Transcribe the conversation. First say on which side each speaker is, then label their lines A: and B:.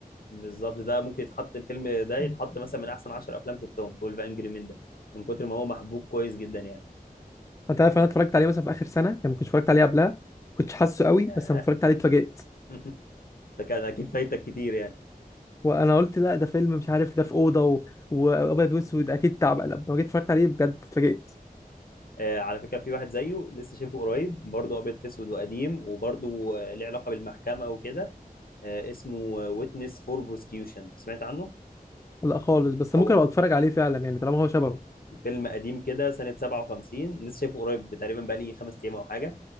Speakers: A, on the left; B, on the left.
A: بالظبط ده ممكن يتحط الفيلم ده يتحط
B: برضه
A: مثلا من احسن 10 افلام شفتهم 12 انجري مين ده من كتر ما هو محبوك كويس جدا يعني
B: انت عارف انا اتفرجت عليه مثلا في اخر سنه يعني ما كنتش اتفرجت عليه قبلها كنتش حاسه قوي
A: ياه
B: بس لما اتفرجت عليه اتفاجئت
A: <laughs> ده كان اكيد فايتك كتير يعني
B: وانا قلت لا ده فيلم مش عارف ده في اوضه و... وابيض واسود اكيد تعب لما جيت اتفرجت عليه بجد اتفاجئت
A: آه على فكره في واحد زيه لسه شايفه قريب برضه ابيض في اسود وقديم وبرضه آه ليه علاقه بالمحكمه وكده آه اسمه ويتنس فور بروسكيوشن سمعت عنه
B: لا خالص بس ممكن
A: هو
B: ابقى اتفرج عليه فعلا يعني طالما هو شبهه
A: فيلم قديم كده سنه 57 لسه شايفه قريب تقريبا بقى لي خمس ايام او حاجه